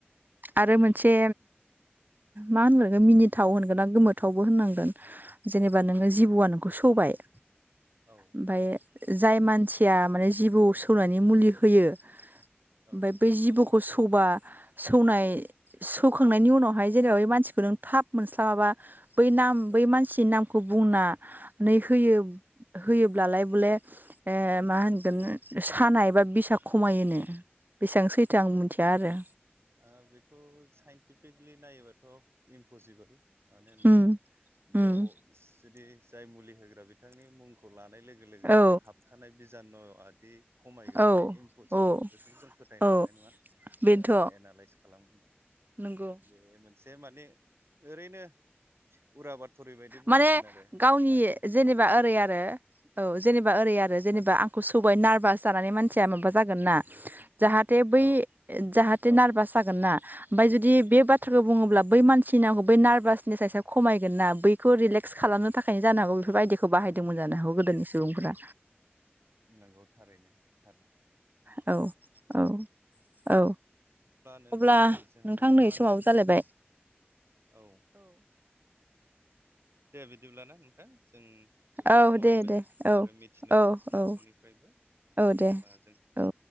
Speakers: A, on the right; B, on the right.
A: आरो मोनसे मा होनगोन मिनिथाव होनगोना गोमोथावबो होननांगोन जेनेबा नोङो जिबौआ नोंखौ सौबाय
B: औ
A: ओमफ्राय जाय मानसिया माने जिबौ सौनानै मुलि होयो
B: औ
A: ओमफ्राय बै जिबौखौ सौबा सौनाय सौखांनायनि उनावहाय जेरै मानसिखौ नों थाब मोनस्लाबाबा बै नाम
B: औ
A: बै मानसिनि नामखौ बुंनानै होयो होयोब्लालाय बले ओ मा होनगोन सानाय एबा बिसा खमायोनो बेसेबां सैथो आं
B: अ
A: मिथिया आरो
B: ओ बेखौ साइन्टिफिकलि नायोबाथ' इमपसिबोल मानो होनबा
A: उम
B: बेयाव
A: उम
B: जुदि जाय मुलि होग्रा बे बिथांनि मुंखौ लानाय लोगो लोगो
A: औ
B: बे हाबखानाय बिजानु आदि खमायगोन
A: औ
B: बे इमपसिबोल
A: औ
B: बेखौबो जों फोथायनो
A: औ
B: हानाय नङा
A: बेनोथ'
B: ओ एनालइस खालामोबा
A: नंगौ
B: बे मोनसे माने ओरैनो उरा बाथरिबायायदि बुंनांगोन
A: माने
B: आरो
A: गावनि
B: मानसिफोरखौ
A: जेनेबा
B: गोजोन
A: ओरै
B: होनो
A: आरो औ जेनेबा ओरै आरो जेनेबा आंखौ सौबाय नारभास जानानै मानसिया माबा जागोन ना जाहा ते बै
B: औ
A: जाहाथे
B: औ
A: नारभास जागोन ना ओमफफ्राय जुदि बे बाथ्राखौ बुङोब्ला बै मानसिनि आंखौ बै नार्भासनेसस खमगोन ना बै बेखौ रिलेक्स खालामनो थाखायनो जानो हागौ बेफोरबायायदिखौ बाहायदोंमोन
B: औ
A: जानो हागौ गोदोनि सुबुंफोरा
B: होननांगौ थारैनो थारनो
A: औ औ औ
B: नोंथां
A: अब्ला
B: नै जोंहा
A: नोंथां
B: माब्लाबानो
A: नै समाव जालायबाय
B: औ दे बिदिब्लाना नोंथां जों गोबां
A: औ
B: सावरायबाय
A: दे दे औ
B: आरो मिथिनो
A: औ
B: मोनबाय नोंथांनिफ्रायबो
A: औ औ दे
B: अब्ला जों
A: औ